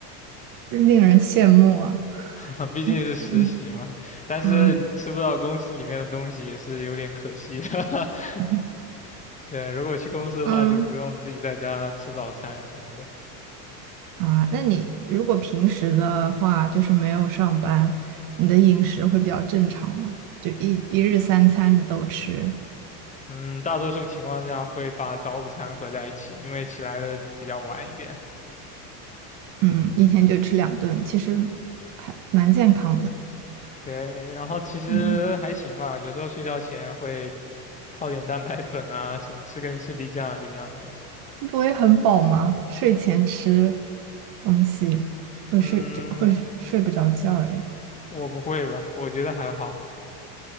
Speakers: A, on the right (about 45°); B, on the left (about 15°).
A: 令人羡慕啊。
B: <laughs> 毕竟是实习嘛，
A: 嗯嗯
B: 但是吃不到公司里面的东西也是有点可惜的。
A: 嗯 <laughs>
B: <laughs> 对，如果去公司的话，
A: 嗯
B: 就不用自己在家吃早餐什么的。
A: 啊，那你如果平时的话，就是没有上班，你的饮食会比较正常吗？就一一日三餐你都吃？
B: 嗯，大多数情况下会把早午餐合在一起，因为起来的比较晚一点。
A: 嗯，一天就吃两顿，其实还蛮健康的。
B: 对，然后其实还行吧，
A: 嗯，
B: 有时候睡觉前会泡点蛋白粉啊，什么吃根士力架这个样子。
A: 不会很饱吗？睡前吃东西会睡，
B: 嗯，
A: 这会睡不着觉哎。
B: 我不会吧，我觉得还好，